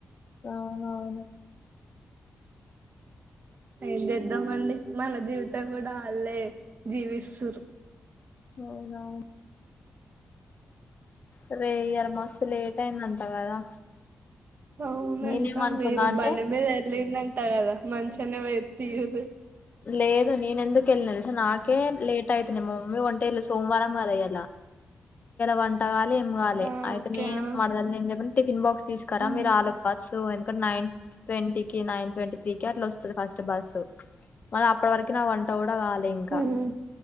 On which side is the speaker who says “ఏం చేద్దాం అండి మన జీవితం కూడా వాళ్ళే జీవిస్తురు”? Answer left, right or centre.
Right